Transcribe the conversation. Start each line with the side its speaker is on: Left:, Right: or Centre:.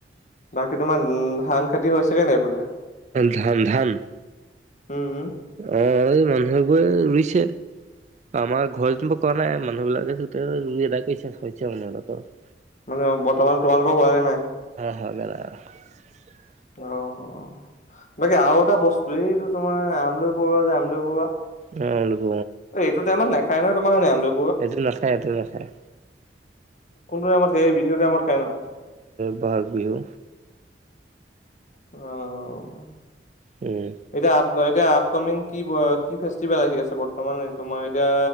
Left: বাকী তোমাৰ উম ধান খেতি হৈছে কে নাই বোলে?
Right: ধান ধান
Left: উম
Right: অ' এই মানুহেবোৰে ৰুইছে আমাৰ ঘৰ যেনিবোৰ ক নাই মান মানুহ বিলাকে <unintelligible> কৰিছে <unintelligible>
Left: মানে বৰ্তমান তোমালোকে হোৱাগে নাই?
Right: <unintelligible>
Left: অ' বাকী আৰু এটা বস্তু এইটো তোমাৰ আমলি পৰুৱা যে আমৰলি পৰুৱা।
Right: অ ল'ব
Left: এইটো টাইমত নাখায় ন তোমাৰে আমল
Right: এটো নাখায় এটো নাখায়।
Left: কোনটো আমাৰ টাইমত সেই বিহুত টাইমত খাই ন?
Right: বহাগ বিহু।
Left: অ'।
Right: উম।
Left: এতিয়া আপ এতিয়া আপকামিং কি কি ফেষ্টিভেল আহি আছে বৰ্তমান তোমাৰ এতিয়া